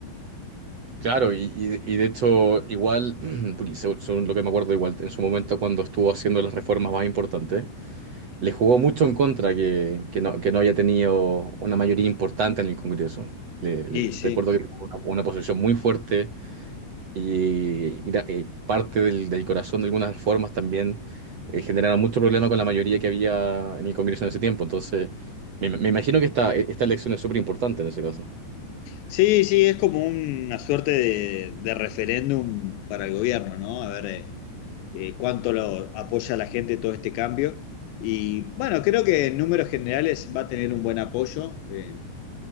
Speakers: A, on the right (about 50°); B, on the left (about 80°).
A: Claro, y, y- y de hecho, igual, <clears throat> porque se- según lo que me acuerdo, igual en su momento cuando estuvo haciendo las reformas más importantes. Le jugó mucho en contra que, que no, que no haya tenido una mayoría importante en el Congreso. Le, le-
B: Y
A: recuerdo
B: sí,
A: que tuvo una, una posición muy fuerte y, gra- eh, parte del, del corazón de algunas reformas también eh, generaron mucho problema con la mayoría que había en el Congreso en ese tiempo. Entonces, me, me imagino que esta, esta elección es súper importante en ese caso.
B: sí, sí, es como una suerte de, de referéndum para el gobierno, ¿no? A ver eh, eh, cuánto lo apoya la gente todo este cambio. Y bueno, creo que en números generales va a tener un buen apoyo. eh,